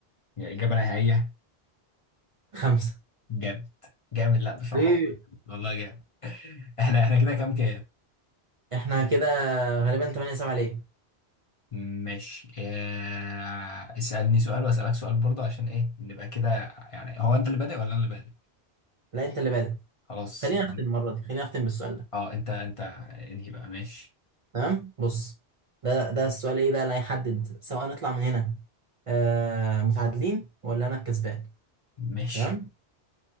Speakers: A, on the left (about 35°); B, on the right (about 50°).
A: يعني إجابة نهائية
B: خمسة
A: جامد جامد لا بصراحة
B: ليه
A: والله جامد <laughs> احنا احنا كده كام كام
B: احنا كده غالبا 8 7 ليه
A: ماشي آه، اسألني سؤال واسألك سؤال برضه عشان ايه نبقى كده يعني هو انت اللي بادئ ولا انا اللي بادئ
B: لا انت اللي بادئ
A: خلاص
B: خلينا
A: يبقى
B: نختم
A: انت-
B: المرة دي خلينا نختم بالسؤال ده
A: اه انت انت انهي بقى ماشي
B: تمام بص ده ده السؤال ايه بقى اللي هيحدد سواء نطلع من هنا آه متعادلين ولا انا الكسبان
A: ماشي
B: تمام